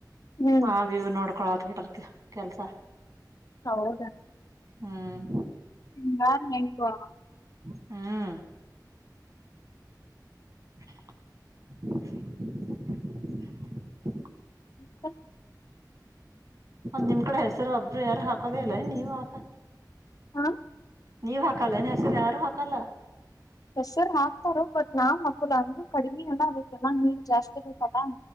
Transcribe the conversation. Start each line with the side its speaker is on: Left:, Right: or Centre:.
Left: ಹ್ಮ್
Right: ಹ ವ್ಯೂ ನೋಡ ಳತ್ ಬಿಟರ್ ಕೆಲ್ಸ
Left: ಹೌದಾ
Right: ಹ್ಮ್
Left: ಹಾ
Right: ಹ್ಮ್ <inaudible>
Left: ಹ್ಮ
Right: ಒಂದ್ ನಿಮ್ ಕಡೆ ಹೆಸರು ಒಬ್ರು ಯಾರು ಹ ಕದ ಇಲ್ಲ ನೀವುಆತ
Left: ಹಾ
Right: ನೀವ್ ಹಾಕಲ್ಲ ಏನ ಹೆಸರು ಯಾರು ಹಾಕಲ್ಲ
Left: ಹೆಸರು ಹಾಕ್ತಾರ ಬಟ್ ನಾವ್ ಮಕ್ಕಳು ಅಂದ ಕಡಿಮೆ ಅಲ್ಲ ಅದಕ್ಕೆಲ್ಲ ನೀರ್ ಜಾಸ್ತಿ ಆಗೇಕಲ್ಲ